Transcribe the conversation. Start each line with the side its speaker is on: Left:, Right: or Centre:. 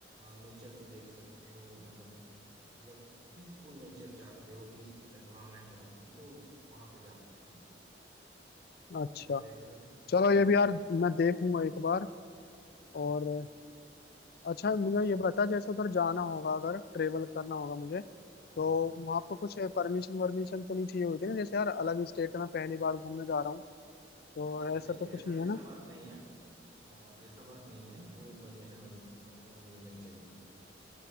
Right: नेचर को देख सकते हो मतलब अगर पीसफुल नेचर चाहते हो पीसफुल एनवायरनमेंट चाहते हो तो वहाँ पे जा सकते हैं
Left: है अच्छा
Right: वहाँ पे एक
Left: चलो
Right: हाँ
Left: ये भी यार मैं देखूंगा एक बार और अच्छा मुझे ये बता जैसे उधर जाना होगा अगर ट्रेवल करना होगा मुझे
Right: हाँ
Left: तो
Right: हाँ
Left: वहाँ पर कुछ परमिशन वर्मिशन तो नहीं चाहिए होती ना जैसे यार अलग स्टेट में पहली बार घूमने जा रहा हूँ तो
Right: नहीं भाई
Left: ऐसा तो कुछ
Right: ऐसा
Left: नहीं है
Right: ऐसा
Left: ना
Right: बात नहीं है आ, ऐसा बात नहीं है वो परमिशन वगैरह वगैरह वो नहीं चाहिए